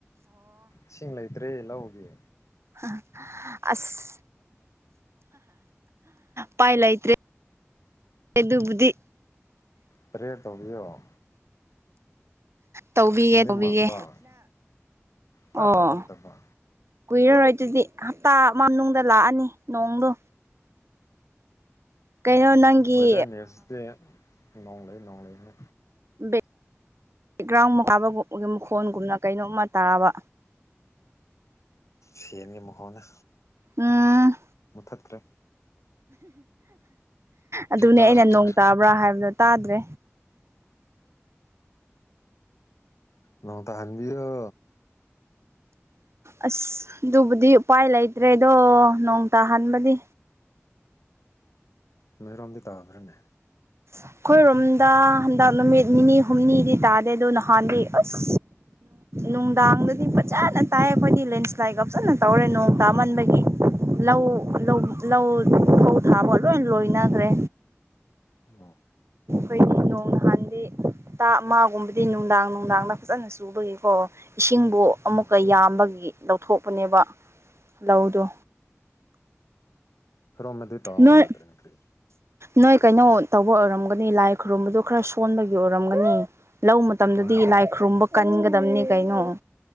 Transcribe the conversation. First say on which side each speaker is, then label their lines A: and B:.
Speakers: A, on the left (about 85°); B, on the right (about 65°).
A: ꯏꯁꯤꯡ ꯂꯩꯇ꯭ꯔꯦ ꯂꯧꯒꯦ
B: ꯑ ꯑꯁ ꯄꯥꯏ ꯂꯥꯏꯇꯦ ꯀꯗꯨꯕꯗꯤ
A: ꯇꯔꯦ ꯇꯣꯒꯣ
B: ꯇꯧꯕꯤꯒꯦ ꯇꯧꯕꯤꯒꯦ
A: ꯃꯥꯡꯕ ꯇꯥ
B: ꯑꯣ
A: ꯇꯥꯔꯛꯇꯕ
B: ꯀꯨꯏꯔꯔꯣꯏ ꯑꯗꯨꯗꯤ ꯍꯞꯇꯥ ꯃꯅꯨꯡꯗ ꯂꯥꯛꯑꯅꯤ ꯅꯣꯡꯗꯣ ꯀꯩꯅꯣ ꯅꯪꯒꯤ
A: ꯋꯦꯗꯔꯅꯦꯁꯤꯦ ꯅꯣꯡꯂꯩ ꯅꯣꯡꯂꯩꯅꯦ
B: ꯕꯦꯛꯒ꯭ꯔꯥꯎꯟꯀꯥꯕ ꯃꯈꯣꯟꯒꯨꯝꯅ ꯀꯩꯅꯣꯝꯃ ꯇꯥꯕ
A: ꯁꯦꯟꯒꯤ ꯃꯈꯣꯟꯅ
B: ꯎꯝ
A: ꯈꯠꯠꯇꯔꯦ
B: ꯑꯗꯨꯅꯦ
A: ꯇꯥꯔꯝꯃꯔꯣꯏ
B: ꯑꯩꯅ ꯅꯣꯡ ꯇꯥꯕ꯭ꯔꯥ ꯍꯥꯏꯕꯗꯣ ꯇꯥꯗ꯭ꯔꯦ
A: ꯅꯣꯡ ꯇꯅꯕꯤꯌ
B: ꯑꯁ ꯑꯗꯨꯕꯨꯗꯤ ꯎꯄꯥꯏ ꯂꯩꯇ꯭ꯔꯦꯗꯣ ꯅꯣꯡ ꯇꯥꯍꯟꯕꯗꯤ
A: ꯃꯗꯨꯔꯣꯝꯗꯤ ꯇꯥꯕꯔꯅ
B: ꯑꯩꯈꯣꯏꯔꯣꯝꯗ ꯍꯟꯗꯛ ꯅꯨꯃꯤꯠ ꯅꯤꯅꯤ ꯍꯨꯝꯅꯤꯗꯤ ꯇꯥꯗꯦ ꯑꯗꯨꯗ ꯅꯍꯥꯟꯗꯤ ꯑꯁ ꯅꯨꯡꯗꯥꯡꯗꯗꯤ ꯐꯖꯅ ꯇꯥꯏ ꯑꯩꯈꯣꯏꯗꯤ ꯂꯦꯟꯁ꯭ꯂꯥꯏꯠꯀꯖꯅ ꯇꯧꯔꯦ ꯅꯣꯡ ꯇꯥꯃꯟꯕꯒꯤ ꯂꯧ ꯂꯧ ꯂꯧ ꯐꯧ ꯊꯥꯕ ꯂꯣꯏ ꯂꯣꯏꯅꯈ꯭ꯔꯦ
A: ꯎꯝ
B: ꯑꯩꯈꯣꯏꯗꯤ ꯅꯣꯡ ꯅꯍꯥꯟꯗꯤ ꯍꯇꯥ ꯑꯃꯒꯨꯝꯕꯗꯤ ꯅꯨꯡꯗꯥꯡ ꯅꯨꯡꯗꯥꯡꯗ ꯐꯖꯅ ꯆꯨꯕꯒꯤꯀꯣ ꯏꯁꯤꯡꯕꯨ ꯑꯃꯨꯛꯀ
A: ꯎꯝ
B: ꯌꯥꯝꯕꯒꯤ ꯂꯧꯊꯣꯛꯄꯅꯦꯕ ꯂꯧꯗꯣ
A: <unintelligible> ꯐꯔꯣ ꯑꯃꯗꯤꯗꯤ ꯇꯧꯔ
B: ꯅꯣꯏ
A: ꯌꯥꯗ꯭ꯔꯦꯅ ꯀꯔꯤ
B: ꯅꯣꯏ ꯀꯩꯅꯣ ꯇꯧꯕ ꯑꯣꯏꯔꯝꯒꯅꯤ ꯂꯥꯏ ꯈꯨꯔꯨꯝꯕꯗꯨ ꯈꯔ ꯁꯣꯟꯕꯒꯤ ꯑꯣꯏꯔꯝꯒꯅꯤ ꯂꯧ ꯃꯇꯝꯗꯗꯤ
A: ꯍꯣꯏ
B: ꯂꯥꯏ ꯈꯨꯔꯨꯝꯕ ꯀꯟꯒꯗꯕꯅꯤ ꯀꯩꯅꯣ